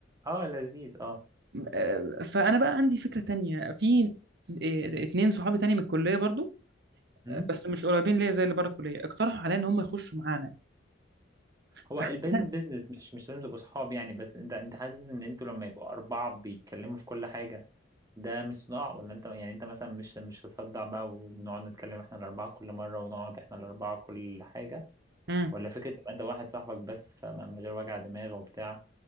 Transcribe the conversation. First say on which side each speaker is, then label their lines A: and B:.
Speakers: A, on the right (about 20°); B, on the right (about 60°).
A: اه لذيذ اه
B: آه، فانا بقى عندي فكره تانية في آه، اتنين صحابي تاني من الكليه برضو
A: امم
B: آه، بس مش قريبين ليا زي اللي بره الكليه اقترحوا عليا ان هم يخشوا معانا
A: هو
B: فكده
A: البيزنس بيزنس مش مش لازم تبقوا صحاب يعني بس انت انت حاسس ان انتوا لما يبقوا اربعه بيتكلموا في كل حاجه ده مش صداع ولا انت يعني انت مثلا مش مش هتصدع بقى ونقعد نتكلم احنا الاربعه كل مره ونقعد احنا الاربعه كل حاجه
B: امم
A: ولا فكرة تبقى انت واحد صاحبك بس فبقى من غير وجع دماغ وبتاع